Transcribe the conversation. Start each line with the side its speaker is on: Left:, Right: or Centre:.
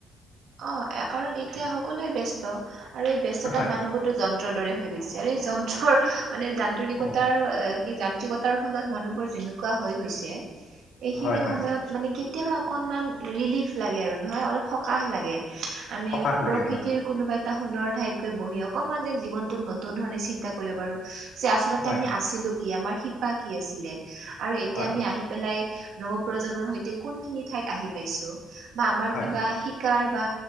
Right: অ কাৰণ এতিয়া সকলোৱে ব্যস্ত আৰু এই ব্যস্ততাত
Left: হয়
Right: মানুহবোৰতো যন্ যন্ত্ৰৰ দৰে হৈ গৈছে আৰু এই যন্ত্ৰৰ মানে যান্তৰিকতাৰ
Left: অ
Right: কি যান্ত্ৰিকতাৰ ফলত মানুহবোৰ যেনেকুৱা হৈ গৈছে এইখিনি
Left: হয় হয়
Right: সময়ত মানে কি কেতিয়াবা অকণমান ৰিলিফ লাগে আৰু নহয় অলপ সকাহ লাগে আমি
Left: সকাহ লাগে
Right: প্ৰকৃতিৰ
Left: হয়
Right: কোনোবা এটা সুন্দৰ ঠাইত গৈ বহি অকনমান যেন জীৱনটোক নতুন ধৰণে চিন্তা কৰিব পাৰো যে আচলতে
Left: হয়
Right: আমি আছিলো কি আমাৰ শিপা কি আছিলে আৰু এতিয়া
Left: হয়
Right: আমি আহি পেলাই নৱপ্ৰজন্মৰ সৈতে কোনখিনি ঠাইত আহি পাইছো বা আমাৰ
Left: হয়
Right: কিবা শিকাৰ বা